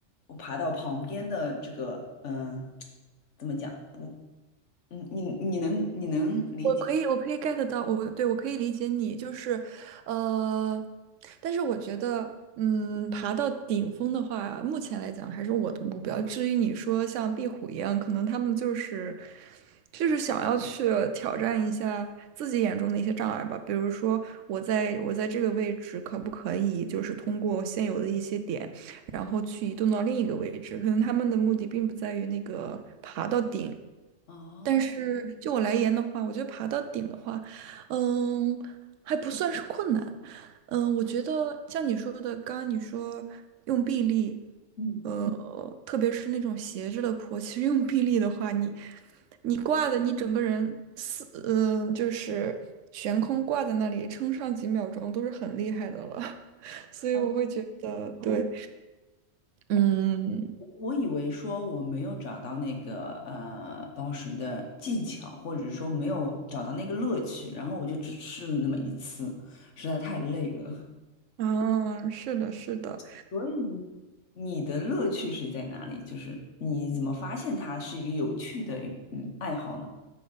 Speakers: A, on the left; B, on the right.
A: 爬到旁边的这个嗯、呃怎么讲不嗯你你能你能理解
B: 我可以，我可以 get 到，我对我可以理解你，就是，呃，但是我觉得，嗯，爬到顶峰的话，目前来讲还是我的目标。至于你说像壁虎一样，可能他们就是，就是想要去挑战一下自己眼中的一些障碍吧。比如说，我在我在这个位置可不可以，就是通过现有的一些点，然后去移动到另一个位置？可能他们的目的并不在于那个爬到顶。
A: 哦
B: 但是就我来言的话，我觉得爬到顶的话，嗯，还不算是困难。嗯，我觉得像你说的，刚刚你说用臂力，
A: 嗯。
B: 呃，特别是那种斜着的坡，其实用臂力的话，你你挂的，你整个人四，嗯、就是悬空挂在那里，撑上几秒钟都是很厉害的了。<laughs> 所以我会觉得，
A: 哦
B: 对，嗯，
A: 我以为说我没有找到那个呃暴食的技巧，或者说没有找到那个乐趣，然后我就只试了那么一次，实在太累了。
B: 啊，是的，是的。
A: <laughs> 所以你的乐趣是在哪里？就是你怎么发现它是一个有趣的嗯爱好呢？